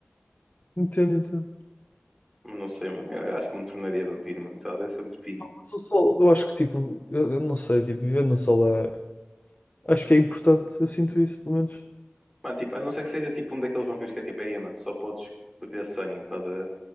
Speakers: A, on the left; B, in the centre.
A: Entendo, entendo.
B: Mas não sei, mano. Eu acho que me tornaria vampiro, mano. Sei lá, deve ser muito pinta.
A: Mas o sol, eu acho que tipo, eu, eu não sei, tipo, viver no sol é. Acho que é importante, eu sinto isso, pelo menos.
B: Mano, tipo, a não ser que seja tipo um daqueles vampiros que é tipo, ei, mano, só podes beber sangue, estás a ver?